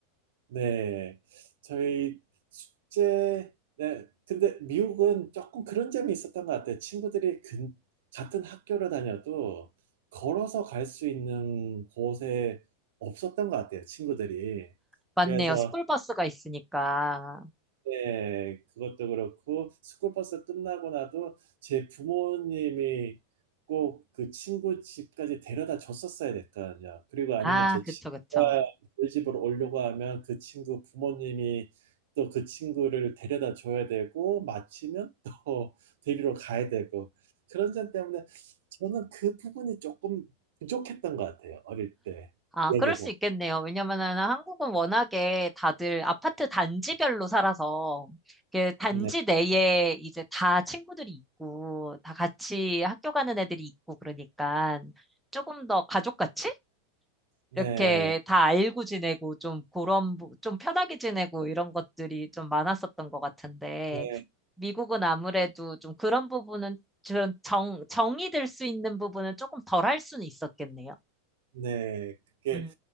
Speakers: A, on the right; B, in the centre.
A: 네, 저희 숙제, 네, 근데 미국은 조금 그런 점이 있었던 것 같아요. 친구들이 근, 같은 학교를 다녀도 걸어서 갈 수 있는 곳에 없었던 것 같아요, 친구들이.
B: 맞네요.
A: 그래서
B: 스쿨버스가 있으니까.
A: 네, 그것도 그렇고 스쿨버스 끝나고 나도 제 부모님이 꼭 그 친구 집까지 데려다 줬었어야 됐거든요. 그리고 아니면
B: 아,
A: 제
B: 그쵸,
A: 친구가
B: 그쵸.
A: 저희 집으로 오려고 하면 그 친구 부모님이 또 그 친구를 데려다 줘야 되고 마치면 또 <laughs> 데리러 가야 되고 그런 점 때문에 저는 그 부분이 조금 부족했던 것 같아요. 어릴 때
B: 아,
A: 얘기해
B: 그럴 수
A: 보면.
B: 있겠네요. 왜냐면은 한국은 워낙에 다들 아파트 단지별로 살아서 그 단지
A: 네,
B: 내에 이제 다 친구들이 있고 다 같이 학교 가는 애들이 있고 그러니까 조금 더 가족같이
A: 네,
B: 이렇게 다 알고 지내고 좀 그런 부- 좀 편하게 지내고 이런 것들이 좀 많았었던 것 같은데
A: 네.
B: 미국은 아무래도 좀 그런 부분은 그런 정 정이 들 수 있는 부분은 조금 덜 할 수는 있었겠네요.
A: 네, 그게
B: 음,